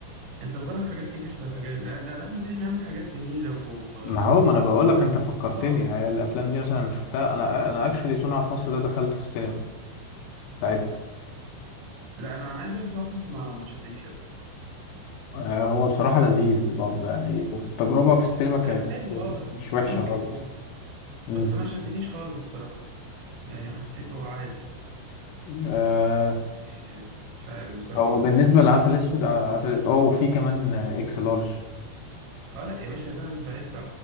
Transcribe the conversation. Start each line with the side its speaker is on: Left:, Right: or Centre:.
Right: انت ظالم حاجات كتير في الحاجات لا لا ده احمد حلمي عمل حاجات جميله و... و...
Left: ما هو ما انا بقول لك انت فكرتني
Right: اه
Left: هي الافلام دي مثلا شفتها انا انا اكشولي صنع في مصر ده دخلته في السينما ساعتها
Right: لا انا انا عايز اقول لك صراحة في مصر ما ما شدنيش قوي
Left: آه، هو بصراحة لذيذ برضه يعني التجربة في السينما كانت
Right: لا حلو اه بس
Left: مش وحشة
Right: ممكن
Left: خالص
Right: ممكن
Left: مم.
Right: بس ما شدنيش خالص بصراحة يعني حسيته عادي
Left: آه
Right: إيه، مش عارف بصراحة
Left: هو
Right: بس
Left: بالنسبة
Right: حسيت
Left: لعسل أسود آه، عسل اه وفي كمان آه، إكس لارج
Right: اه لا يا باشا لا انت عد